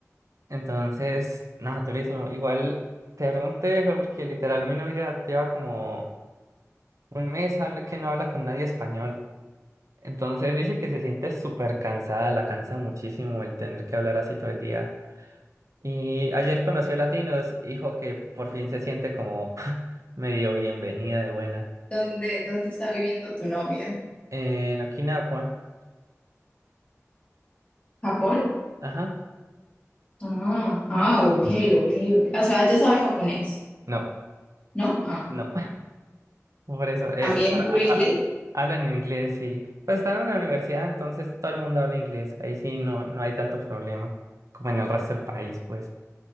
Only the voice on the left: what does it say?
¿Dónde, dónde está viviendo tu novia?
¿Japón?
Ah, ah, ok, ok, ok. O sea, ella sabe japonés,
¿no? Ah,
también
puro inglés.